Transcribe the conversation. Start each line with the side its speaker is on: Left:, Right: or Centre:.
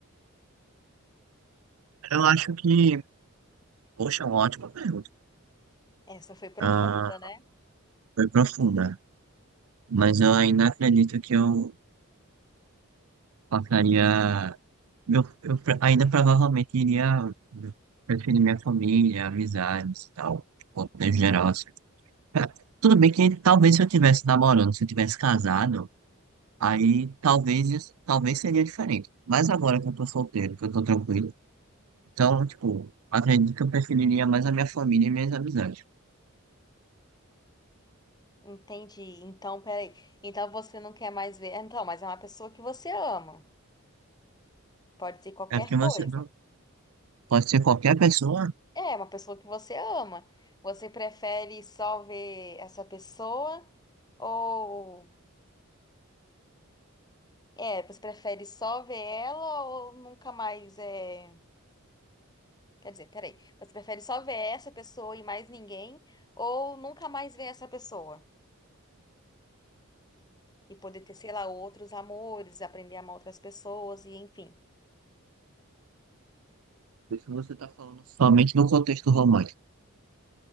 Right: Eu acho que. Poxa, é uma ótima pergunta.
Left: Essa foi profunda,
Right: Ah,
Left: né?
Right: foi profunda. Mas eu ainda acredito que eu passaria. Eu, eu pre- ainda provavelmente iria preferir minha família, amizades e tal. de Contexto geral, assim. É, Tudo bem que talvez se eu tivesse namorando, se eu tivesse casado. Aí talvez isso, talvez seria diferente. Mas agora que eu tô solteiro, que eu tô tranquilo, então, tipo, acredito que eu preferiria mais a minha família e minhas amizades.
Left: Entendi. Então, peraí. Então você não quer mais ver. Então, mas é uma pessoa que você ama. Pode ser qualquer
Right: É porque
Left: coisa.
Right: você não pode ser qualquer pessoa,
Left: É, uma pessoa que você ama. Você prefere só ver essa pessoa ou É, você prefere só ver ela ou nunca mais é. Quer dizer, peraí. Você prefere só ver essa pessoa e mais ninguém? Ou nunca mais ver essa pessoa? E poder ter, sei lá, outros amores, aprender a amar outras pessoas e enfim.
Right: porque você tá falando somente no contexto romântico,